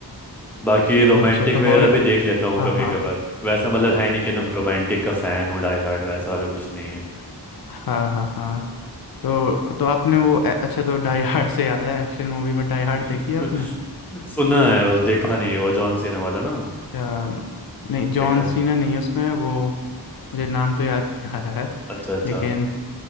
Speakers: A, in the centre; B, on the left.
A: बाकी रोमांटिक
B: अच्छा तो
A: वगैरह
B: हॉर
A: भी देख लेता हूँ
B: हाँ
A: कभी
B: हाँ
A: कभार वैसा मतलब है नहीं कि तुम रोमांटिक का फ़ैन हो डाई हार्ड वैसा वाला कुछ नहीं है
B: हाँ हाँ हाँ तो तो आपने वो ए- अच्छा तो डाई हार्ड से याद है एक्शन मूवी में डाई हार्ड
A: <laughs>
B: देखी है आपने
A: सुना है उस देखा नहीं है, वो जॉन सीना वाला ना हम्म,
B: अच्छा, नहीं जॉन
A: देखा
B: सीना
A: नहीं
B: नहीं है उसमें वो मुझे नाम तो याद नहीं आ रहा है
A: अच्छा अच्छा
B: लेकिन